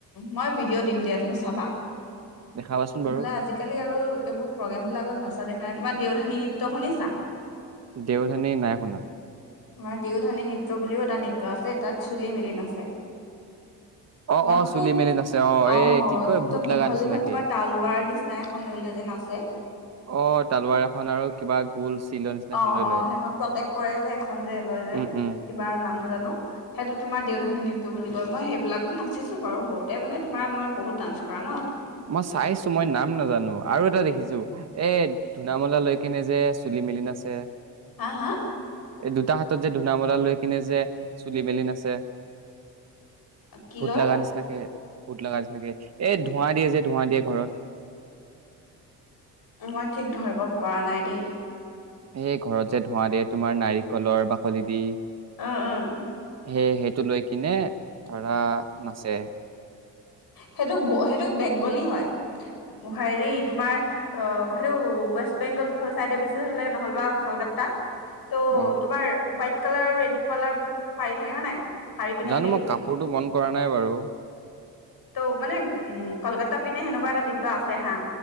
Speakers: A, on the left (about 45°); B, on the right (about 30°).
A: মই ভিডিঅ' দিম দিয়া তুমি চাবা।
B: দেখাবাচোন
A: নহলে
B: বাৰু
A: আজিকালি আৰু প্ৰগ্ৰেম বিলাকত নচা দেখা নাই। তোমাৰ দেউধানী নৃত্য শুনিছা?
B: দেওধানী নাই শুনা।
A: তোমাৰ দিওধানী নৃত্য বুলিও এটা নৃত্য আছে, তাত চুলি মেলি নাচে।
B: অ
A: তোমাৰ
B: অ চুলি
A: খুব
B: মেলি নাছে অ
A: অঁ,
B: এ কি কয়
A: একদম
B: ভূত লগা
A: দীঘল
B: নিচিনাকে
A: দীঘল তোমাৰ তালৱাৰ নিচিনা এখন লৈলে যে নাচ
B: আহ তালুৱাৰ এখন আৰু কিবা গোল চিলৰ নিচিনাখন
A: অ
B: লৈ
A: অ
B: লয়
A: সেইখন প্ৰটেক্ট কৰে যে এখন যে লয় যে
B: উম উম
A: কিবা আৰু নাজানো সেইটো তোমাৰ দেউধানী নৃত্য বুলি কয় মই সেইবিলাকো নাচিছো বাৰু সৰুতে মানে তোমাৰ মই বহুত ডান্স কৰা ন
B: মই চাইছো মই নাম নাজানো আৰু এটা দেখিছো এ ধুনামলা লৈকনে যে চুলি মেলি নাছে
A: হা হা
B: এই দুটা হাতত যে ধূনা মৰা লৈ কিনে যে চুলি মেলি নাচে
A: কি
B: ভূত
A: লয়
B: লগা নিচিনাকে ভুত লগাৰ নিচিনাকে এই ধোঁৱা দিয়ে যে ধোঁৱা দিয়ে ঘৰত
A: মই ঠিক ধৰিব পৰা নাই দেই
B: এই ঘৰত যে ধোঁৱা দিয়ে তোমাৰ নাৰিকলৰ বাকলি দি
A: আহ অ
B: সেই সেইটো লৈ কিনে ধৰা নাচে
A: সেইটো বেংগলী হয় হেৰি তোমাৰ অ সেইটো ৱেষ্ট বেংগল ফল চাইডে দিছে নহলে বা কলকাতা ত'
B: অ
A: তোমাৰ হাইট কালাৰ ৰেড কালাৰ পাৰি থাকে হয় নাই শাৰী পিন্ধে সিহঁতি
B: জানো মই কাপোৰটো মন কৰা নাই বাৰু
A: ত' মানে উ কলকাতা পিনে সেনেকুৱা এটা নৃত্য আছে হা